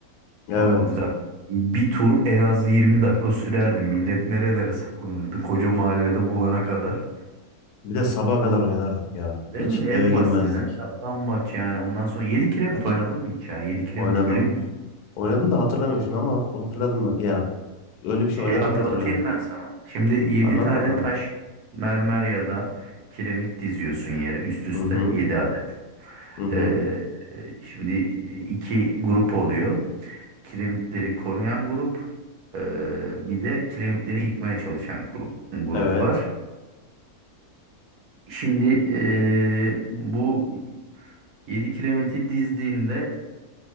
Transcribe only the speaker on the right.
Aa, güzel. Bir tur en az 20 dakika sürerdi. Millet nerelere saklanırdı? Koca mahallede bulana kadar.
Değil
mi? En
basitinden saklambaç yani. Ondan sonra 7 kiremit oynadın mı hiç ya? 7 kiremiti
biliyor musun?
Şey
hatırlatayım
ben sana. Şimdi 7
tane
taş, mermer ya da kiremit diziyorsun yere üst üste
7 adet.
Ee, şimdi e, iki grup oluyor. Kiremitleri koruyan grup, ee, bir de kiremitleri yıkmaya çalışan grup grup
var. Şimdi eee, bu 7 kiremiti dizdiğinde